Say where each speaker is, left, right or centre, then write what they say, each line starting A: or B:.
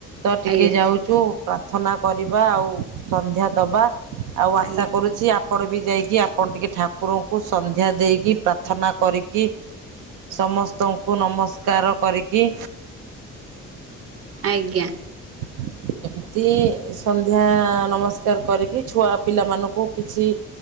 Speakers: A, on the right; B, on the right.
A: ତ ଟିକେ
B: ଆଜ୍ଞା
A: ଯାଉଛୁ ପ୍ରାର୍ଥନା କରିବା ଆଉ ସନ୍ଧ୍ୟା ଦବା। ଆଉ ଆଶା
B: ଆଜ୍ଞା
A: କରୁଚି ଆ ପାଡ ବି ଯାଇକି ଆପଣ ଟିକେ ଠାକୁରଙ୍କୁ ସନ୍ଧ୍ୟା ଦେଇକି ପ୍ରାର୍ଥନା କରିକି ସମସ୍ତଙ୍କୁ ନମସ୍କାର କରିକି
B: ଆଜ୍ଞା
A: <unintelligible> ସନ୍ଧ୍ୟା ନମସ୍କାର କରିକି ଛୁଆ ପିଲାମାନଙ୍କୁ କିଛି